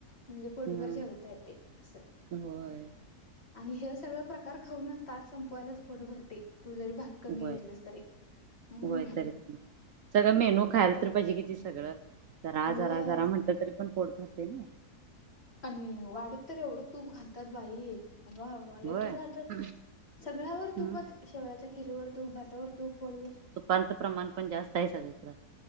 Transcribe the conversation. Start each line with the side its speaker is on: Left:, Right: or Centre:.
Left: म्हणजे पोटभर
Right: हा
Left: जेवताय ते असं
Right: होय
Left: आणि हे सगळ प्रकार खाऊनच ताट संपवायलाच पोट भरतंय तू जरी भात कमी
Right: होय
Left: घेतलीस तरी हम्म
Right: होय तरी पण सगळं मेनू खायला तर पाहिजे की ती सगळं, जरा,
Left: होय
Right: जरा, जरा म्हणट तरी पण पोट भरतय नाही
Left: आणि वाडीत तर एवढं तूप घालतात बाई अबाबा लई
Right: होय.
Left: तूप घाल्यात
Right: हम्म.
Left: सगळ्यावर तुपच
Right: हम्म
Left: शेवयाच्या खिरीवर तुप, भातावर तुप, पोळीवर
Right: तुपांच प्रमाण पण जास्त आहे सगळीकड